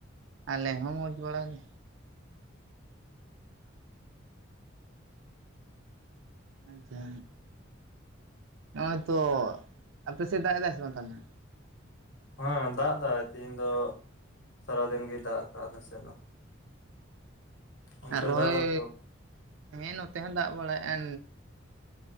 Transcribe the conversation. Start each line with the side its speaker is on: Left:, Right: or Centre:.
Right: ᱟᱞᱮ ᱦᱚᱸ ᱢᱚᱸᱡᱽ ᱵᱟᱲᱟ ᱜᱮ᱾ ᱟᱪᱷᱟ, ᱱᱚᱜᱼᱚᱭ ᱛᱚ ᱟᱯᱮ ᱥᱮᱫ ᱫᱟᱜ ᱮᱫᱟᱭ ᱥᱮ ᱵᱟᱝ ᱛᱟᱦᱚᱞᱮ?
Left: ᱦᱮᱸ, ᱫᱟᱜ ᱮᱫᱟᱭ ᱛᱮᱦᱮᱧ ᱫᱚ ᱥᱟᱨᱟ ᱫᱤᱱ ᱜᱮᱭ ᱫᱟᱜ ᱟᱠᱟᱫ ᱱᱟᱥᱮ ᱫᱚ᱾ ᱚᱱᱛᱮ
Right: ᱟᱨ ᱨᱚᱦᱚᱭ,
Left: ᱫᱟᱜ ᱮᱫᱟ ᱥᱮ ᱵᱟᱝ
Right: ᱦᱮᱸ ᱱᱚᱛᱮ ᱦᱚᱸ ᱫᱟᱜ ᱵᱟᱲᱟᱭᱮᱫ-ᱟ